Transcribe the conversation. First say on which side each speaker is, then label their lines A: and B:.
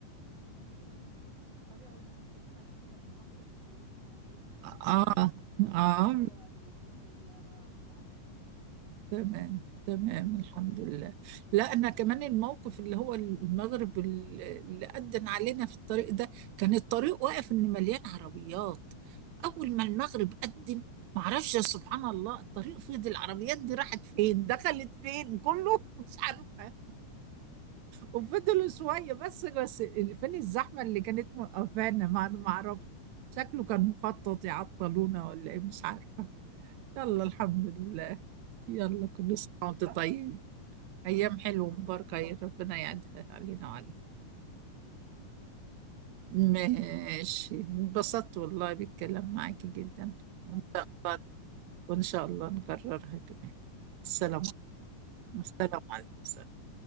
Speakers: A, on the right; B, on the right.
A: يعني ما بيقعد يتحكي خلاص معصب بده يوصل على البيت بسرعة
B: اه اه
A: فالحوادث والسيارات والعجقة
B: تمام تمام الحمد لله لا انا كمان الموقف اللي هو المغرب اللي اللي أذن علينا في الطريق ده كان الطريق واقف ان مليان عربيات اول ما المغرب أذن معرفش يا سبحان الله الطريق فضي العربيات دي راحت فين دخلت فين كله مش عارفه وفضلوا شوية بس بس اللي فين الزحمة اللي كانت موقفانا ما ما أعرفش شكله كان مخطط يعطلونا ولا إيه مش عارفة يلا الحمد لله يلا كل
A: <laughs>
B: سنة وأنت طيب أيام حلوة مباركة يا ربنا يعدها علينا وعليك
A: آمين يا رب علينا وعليكم يا رب
B: ماشي انبسطت والله بالكلام معاكي جدا
A: والله
B: وإن
A: وأنا
B: شاء
A: كمان
B: الله
A: إن
B: وإن شاء الله نكررها كمان السلام
A: شاء الله وعليكم
B: السلام
A: السلام
B: عليكم